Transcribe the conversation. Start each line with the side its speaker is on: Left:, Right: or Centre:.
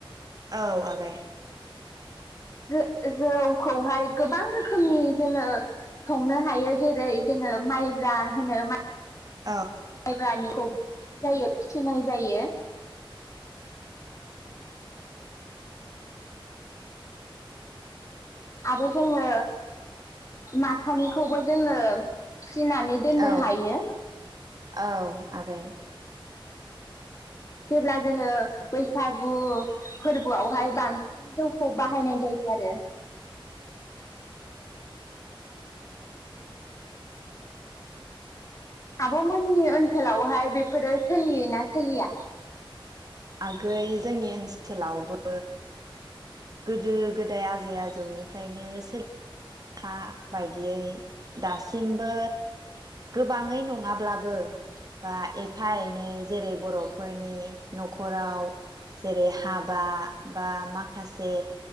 Right: औ आगै।
Left: जो जौखौहाय गोबां रोखोमनि जोङो संनो हायो जेरै जोङो माइब्रा होनो
Right: औ।
Left: मायब्रानिखौ जायो फिसिनाय जायो आरो जोङो माथानिखौबो जोङो फिसिनानै दोननो
Right: औ
Left: हायो
Right: औ आगै
Left: जेब्ला जोङो बैसागु फोरबोआवहाय बांसिन जौखौ बाहायनाय जायो आरो आबमोननि ओनसोलावहाय बेफोरो सोलियोना सोलिया?
Right: आगै जोंनि ओनसोलावबो गोदो गोदाय आजै आजौनिफ्रायनो सोलि फा बायदियै दासिमबो गोबाङै नङाब्लाबो बा एफा एनै जेरै बर'फोरनि नखराव जेरै हाबा बा माखासे